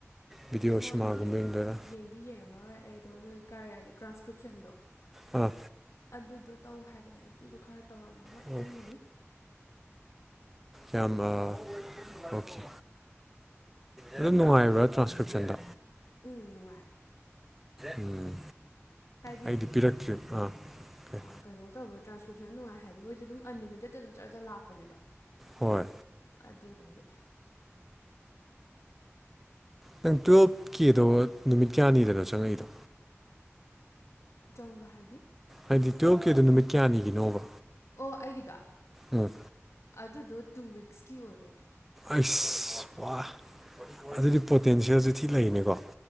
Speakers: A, in the centre; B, on the left.
A: ꯚꯤꯗꯤꯑꯣ
B: ꯐꯣꯟꯗꯤ
A: ꯁꯤꯃꯥꯒꯨꯝꯕ ꯌꯦꯡꯗꯣꯏꯔꯥ
B: ꯌꯦꯡꯗꯤ ꯌꯦꯡꯉꯉꯔꯣꯏ ꯑꯩꯗꯣ ꯃꯣꯏ ꯀꯥꯏꯔꯛꯒꯤ ꯇ꯭ꯔꯥꯟꯁꯀ꯭ꯔꯤꯞꯁꯟꯗꯣ
A: ꯎꯝ
B: ꯑꯗꯨꯗꯣ ꯇꯧ ꯍꯥꯏꯕꯅꯦ ꯑꯗꯨꯗꯣ ꯈꯔ ꯇꯧꯔꯝꯃꯒ
A: <unintelligible>
B: ꯇꯨꯝꯃꯅꯤ
A: ꯌꯥꯝꯝꯕ ꯑꯣꯀꯦ ꯑꯗꯨ ꯅꯨꯡꯉꯥꯏꯕ꯭ꯔꯥ ꯇ꯭ꯔꯥꯟꯁꯀꯦꯞꯁꯟꯗ
B: ꯎ ꯥꯏ
A: ꯎꯝ
B: ꯍꯥꯏꯗꯤ
A: ꯑꯩꯗꯤ ꯄꯤꯔꯛꯇ꯭ꯔꯤ ꯑꯥ ꯍꯣꯏ
B: ꯀꯩꯅꯣ ꯇꯧꯕ ꯇ꯭ꯔꯥꯟꯁꯀ꯭ꯔꯤꯞꯁꯟ ꯅꯨꯡꯉꯥꯏ ꯍꯥꯏꯗꯤ ꯃꯣꯏꯗꯤ ꯑꯗꯨꯝ ꯑꯟꯂꯤꯃꯤꯇꯦꯠꯇ ꯑꯗꯨꯝ ꯆꯔꯖꯔ ꯂꯥꯛꯄꯅꯦꯕ
A: ꯍꯣꯏ
B: ꯑꯗꯨꯗꯨꯒꯤ
A: ꯅꯪ ꯇꯨꯌꯦꯜꯐꯀꯤꯦꯗꯣ ꯅꯨꯃꯤꯠ ꯀꯌꯥꯅꯤꯗꯅꯣ ꯆꯪꯉꯛꯏꯗꯣ
B: ꯆꯣꯡꯕ ꯍꯥꯏꯗꯤ
A: ꯍꯥꯏꯗꯤ ꯇꯨꯌꯦꯜꯐꯀꯤꯦꯗꯣ ꯅꯨꯃꯤꯠ ꯀꯌꯥꯅꯤꯒꯤꯅꯣꯕ
B: ꯑꯣ ꯑꯩꯒꯤꯗꯣ
A: ꯎꯝ
B: ꯑꯗꯨꯗꯣ ꯇꯨ ꯋꯤꯛꯁꯀꯤ ꯑꯣꯏꯗꯣꯏꯅꯦ
A: ꯑꯩꯁ ꯋꯥ ꯑꯗꯨꯗꯤ ꯄꯣꯇꯦꯟꯁꯤꯌꯦꯜꯁꯨ ꯊꯤ ꯂꯩꯅꯤꯀꯣ